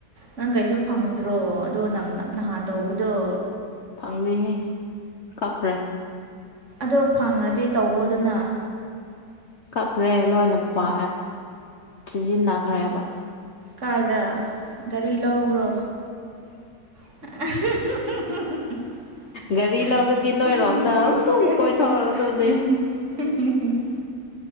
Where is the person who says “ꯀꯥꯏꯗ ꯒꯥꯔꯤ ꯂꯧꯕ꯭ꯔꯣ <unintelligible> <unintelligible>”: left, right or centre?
Right